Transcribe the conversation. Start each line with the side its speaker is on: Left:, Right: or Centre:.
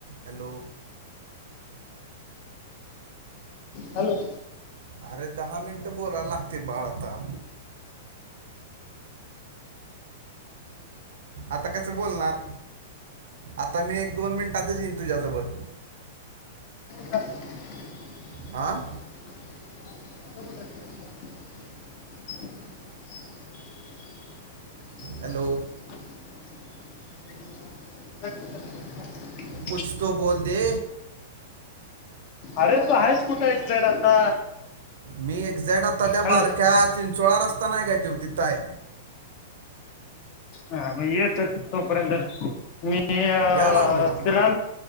Right: Hello.
Left: Hello.
Right: अरे दहा मिनटं बोलायला लागते बाळ आता. आता कसं बोलणार. आता मी एक दोन मिनिटातच येईन तुझ्याजवळ.
Left: का <inaudible>
Right: आ.
Left: <inaudible>
Right: हॅलो.
Left: <unintelligible>
Right: कुछ तो बोल दे?
Left: अरे तू हयसकुट एक्सट आता?
Right: मी एक्झॅक्ट आता त्या
Left: हॅलो
Right: बारक्या चिंचवळा रस्ता नाय काय तिथं हाय.
Left: हा मग येत तोपर्यंत मी अ
Right: या लागलो ना
Left: शरा